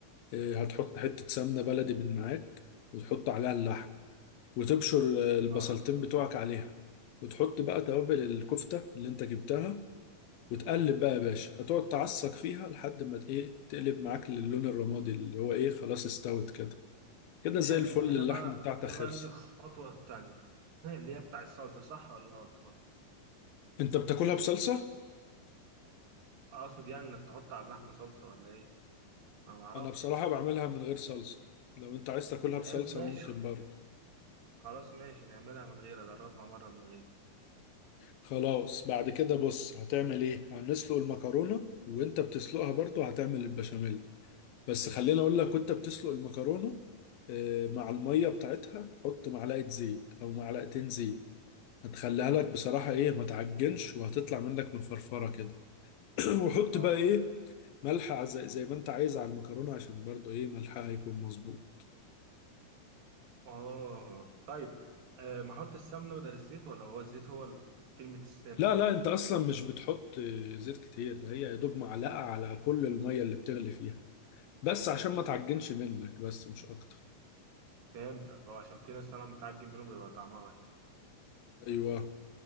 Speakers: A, on the left; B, on the right.
A: إيه، هتحط حتة سمنة بلدي من معاك وتحط عليها اللحم وتبشر البصلتين
B: اه
A: بتوعك عليها وتحط بقى توابل الكفتة اللي انت جبتها وتقلب بقى يا باشا هتقعد تعصق فيها لحد ما ت- ايه تقلب معاك للون الرمادي اللي هو ايه خلاص استوت كده كده زي
B: حلو
A: الفل
B: هنا
A: اللحمة
B: بقى
A: بتاعتك
B: هنا
A: خلصت
B: بقى نيجي الخطوة التانية <laughs> اللي هي بتاع الصلصة صح ولا انا غلطان؟ <laughs>
A: انت بتاكلها بصلصة
B: اقصد يعني انك تحط على اللحمة صلصة ولا ايه؟ انا معرفش
A: انا بصراحة بعملها من غير صلصة لو انت عايز تاكلها بصلصة
B: حلو ماشي
A: ممكن برضه
B: خلاص ماشي نعملها من غير اجربها مرة من غير
A: خلاص بعد كده بص هتعمل ايه هنسلق المكرونة وانت بتسلقها برضه هتعمل البشاميل بس خليني اقول لك وانت بتسلق المكرونة آه، مع المية بتاعتها حط معلقة زيت أو معلقتين زيت هتخليها لك بصراحة إيه ما تعجنش وهتطلع منك مفرفرة كده <clears throat> وحط
B: اه
A: بقى إيه ملح ع- زي زي ما أنت عايز على المكرونة عشان برضو إيه ملحها هيكون مظبوط
B: اه طيب آه ما احط السمنه بدل الزيت ولا هو الزيت هو ال- كلمه السر
A: لا لا أنت أصلا مش بتحط آه، زيت كتير ده هي يا دوب معلقة على كل المية اللي بتغلي فيها بس عشان ما
B: مم.
A: تعجنش منك بس مش أكتر
B: فهمتك اه عشان في ناس فعلا متعجب منه بيبقى طعمها وحش
A: أيوه